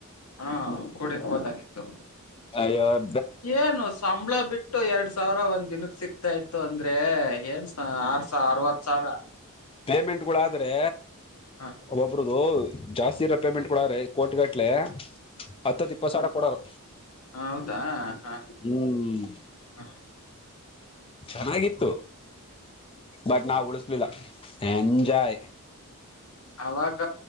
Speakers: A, on the left; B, on the left.
A: ಹಾ ಕೂಡ ಹೋದಾಗಿತ್ತು
B: ಅ ಅವ
A: ಏನು ಸಂಬಳ ಬಿಟ್ಟು ಎರಡ್ ಸಾವಿರ ಒಂದ್ ದಿನಕ್ ಸಿಕ್ತಾ ಇತ್ತು ಅಂದ್ರೆ ಏನ್ ಆರ್ ಸಾವ ಅರವತ್ ಸಾವಿರ
B: ಪೇಮೆಂಟ್ಗಳುಾದ್ರೆ
A: ಹ
B: ಒಬ್ಬೊಬರುದು ಜಾಸ್ತಿ ಇರೋ ಪೇಮೆಂಟ್ ಕೊಡಾರ ಕೋಟ್ಗಟ್ಲೆ ಹತ್ತತ್ ಇಪ್ಪತ್ತು ಸಾವಿರ ಕೊಡೋರು
A: ಹ ಹೌದಾ ಹ
B: ಹ್ಮ್
A: ಹ
B: ಚೆನ್ನಾಗಿತ್ತು ಬಟ್ ನಾವ್ ಉಳಿಸಲಿಲ್ಲ ಎಂಜಾಯ.
A: ಅವಾಗ